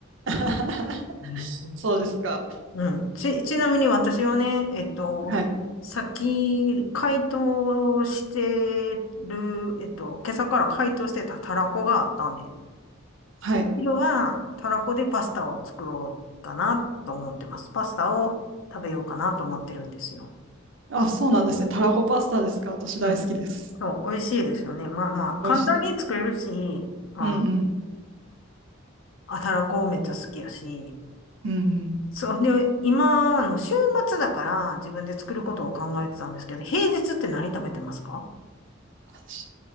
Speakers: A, on the right; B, on the left.
A: <laughs>
B: うん
A: そうですか。
B: うん。ち、ちなみに私はね、えっと、
A: はい。
B: 先、解凍してる、えっと、今朝から解凍してたたらこがあったんで、
A: はい。
B: お昼はたらこでパスタを作ろうかなと思ってます。パスタを食べようかなと思ってるんですよ。
A: あ、そうなんですね。たらこパスタですか私大好きです。
B: うん。そう、美味しいですよね。まあまあ、
A: 美味しいです。
B: 簡単に作れるし、あの、
A: うんうん。
B: あ、たらこめっちゃ好きやし、
A: うんうん。
B: そう。で、今の週末だから自分で作ることを考えてたんですけど、平日って何食べてますか
A: 私